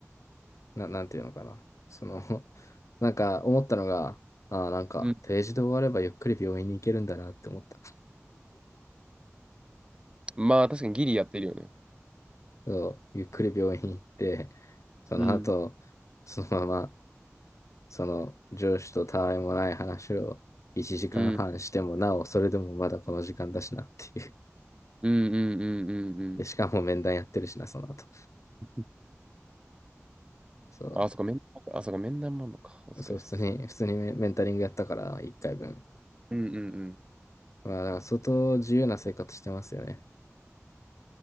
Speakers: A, on the left (about 75°); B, on the right (about 20°).
A: な、なんていうのかな。その <laughs> なんか思ったのが、あ、なんか定時で終わればゆっくり病院に行けるんだなって思った。
B: うん。まあ、確かにギリやってるよね。
A: そう、ゆっくり病院に行って、その後、
B: うん。
A: そのままその上司とたわいもない話を1時間半してもなお、
B: うん。
A: それでもまだこの時間だしなっていう。
B: うんうんうんうんうん。
A: <laughs> で、しかも面談やってるしな、その後。
B: <laughs>
A: そ
B: あ、そっか、面、あ、そっか、面談もあんのか。お疲れっす。
A: う。そう、普通に、普通にメンタリングやったから、1回分。
B: うんうんうん。
A: まあ、だから相当自由な生活してますよね。